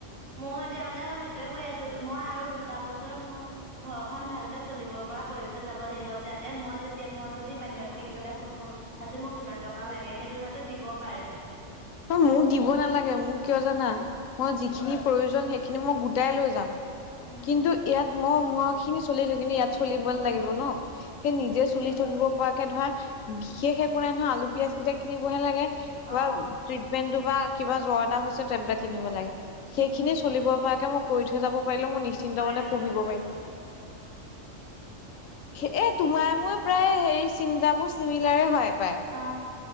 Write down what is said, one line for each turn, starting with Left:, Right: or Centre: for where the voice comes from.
Right: মই এতিয়া মানেই সেইটোয়ে কৈ আছো মই আৰু দুটা বছৰত মই ঘৰখন ভালকে চলিব পৰা কৰি থৈ যাব লাগিব যাতে মই যেতিয়া মই যদি বাহিৰত থাকি পেলাই ফোন কৌ আজি মোক ইমান টকা লাগে সেইটো যাতে দিব পাৰে
Left: অ মোক দিব নালাগে মোক কিয় জানা মই যিখিনি প্ৰয়োজন সেইখিনি মই গোটাই লৈ যাম
Right: উম
Left: কিন্তু ইয়াত মই ম খিনি চলিলো কিন্তু ইয়াত চলিব লাগিব ন, সেই নিজে চলি থাকিব পৰাকে ধৰ বিশেষ একো নাই নহয় আলু, পিয়াজ কেইটা কিনিবহে লাগে
Right: অ
Left: বা টিপমেণ্টতু পা কিবা জৰ এটা হৈছে টেবলেট কিনিব লাগে। সেইখিনিয়ে
Right: উম
Left: চলিব পৰাকে মই কৰি থৈ যাব পাৰিলো মই নিশ্চিন্ত
Right: কৰি
Left: মানে
Right: থৈ
Left: পঢ়িব
Right: যাব লাগিব
Left: পাৰিম <inaudible> এ তোমাৰ মই প্ৰায় হে চিন্তাবোৰ চিমিলাৰে হয় পায়
Right: অ